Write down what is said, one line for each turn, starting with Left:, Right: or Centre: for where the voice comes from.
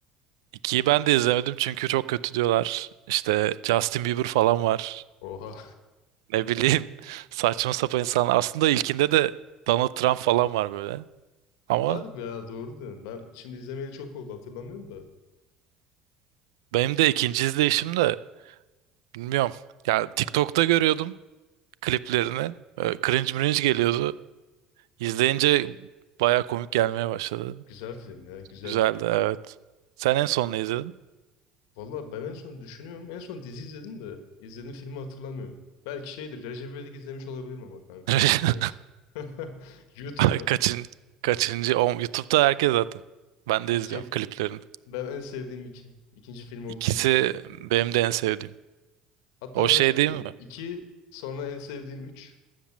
Right: ikiyi ben de izlemedim çünkü çok kötü diyorlar. İşte Justin Bieber falan var.
Left: Oha.
Right: Ne bileyim <laughs> saçma sapan insanlar. Aslında ilkinde de Donald Trump falan var böyle. Ama
Left: <laughs> Harbi ya doğru diyorsun. Ben şimdi izlemeli çok oldu hatırlamıyorum da.
Right: benim de ikinci izleyişim de bilmiyorum. Yani TikTok'ta görüyordum. kliplerini. Ee, Cringe mringe geliyordu. İzleyince baya komik gelmeye başladı.
Left: Güzel film ya güzel.
Right: Güzeldi evet. Sen en son ne izledin?
Left: Valla ben en son düşünüyorum. En son dizi izledim de. İzlediğim filmi hatırlamıyorum. Belki şeydir. Recep İvedik izlemiş olabilirim ama kanka.
Right: <laughs>
Left: en son, Evet. <laughs> YouTube'dan.
Right: Ay, Kaçın, kaçıncı? O, YouTube'da herkes zaten. Ben de
Left: İki.
Right: izliyorum kliplerini.
Left: Ben en sevdiğim iki. İkinci film olduğu
Right: İkisi
Left: için iki izledim.
Right: benim de en sevdiğim.
Left: Hatta
Right: O şey
Left: ben şey
Right: değil
Left: diyorum.
Right: mi?
Left: 2 sonra en sevdiğim üç